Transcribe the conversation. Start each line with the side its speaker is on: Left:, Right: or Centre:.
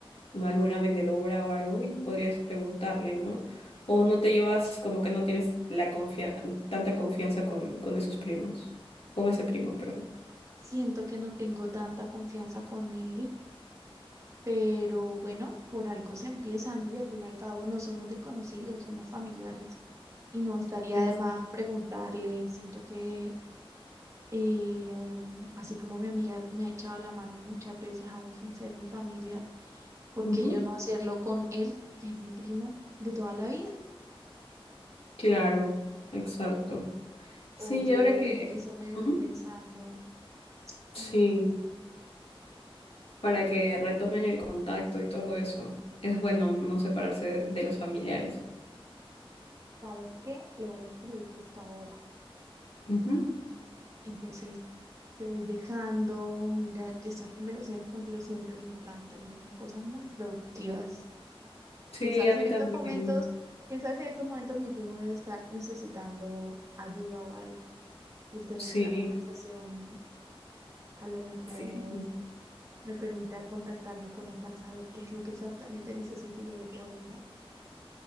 Left: alguna vendedora o algo, y podrías preguntarle, ¿no? O no te llevas, como que no tienes la confia- tanta confianza con, con esos primos, con ese primo, perdón.
Right: Siento que no tengo tanta confianza con él, pero bueno, por algo se empieza, ¿no? Y al fin y al cabo no somos desconocidos, somos familiares. Y no estaría
Left: Exacto.
Right: de más preguntarle y siento que eh em, así como mi amiga me ha echado la mano muchas veces, aún sin ser mi familia, porque
Left: Ujú.
Right: yo no hacerlo con él, que es mi primo de toda la vida?
Left: Claro, exacto.
Right: Oye,
Left: Sí, y ahora que...
Right: eso me dejó
Left: Ujú.
Right: pensando,
Left: Sí,
Right: me dejó pensando,
Left: para que retomen el contacto y todo eso. Es bueno no separarse de los familiares.
Right: ¿sabes qué? Le voy a escribir justo ahora.
Left: Ujú.
Right: Entonces, te voy dejando, mira, estas conversaciones contigo siempre me encantan, me dejan cosas muy productivas.
Left: Sí,
Right: Quién sabe
Left: a
Right: si
Left: mí
Right: en
Left: también.
Right: estos momentos, quién sabe si en estos momentos mi primo debe estar necesitando ayuda o algo. el tener
Left: Sí,
Right: esta conversación a lo mejor
Left: sí, sí, sí.
Right: me permita contactarme con él para saber qué es lo que exactamente necesito y yo le puedo ayudar.